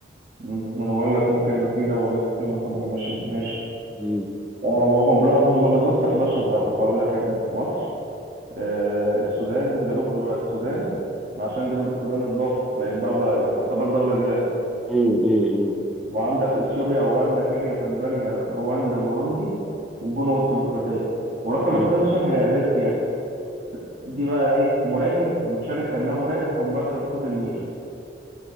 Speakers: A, on the right; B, in the centre.
A: أمم، انا بقول لك ممكن يبقى في دولتين مثلا مهمشين ماشي
B: مم.
A: او هم لا هم بالظبط 11 دولة هقول لك ايه هم مصر آه السودان جنوب السودان عشان جنوب السودان اتضافت بقت دولة تعتبر دولة زيادة
B: مم، مم، مم،
A: وعندك اثيوبيا اوغندا كينيا تنزانيا رواندا بوروندي والجنوب الديمقراطيه ورقم
B: مم.
A: 11 هي اريتريا دي بقى ايه مراقب بتشارك كانها مراقب في مبادره حوض النيل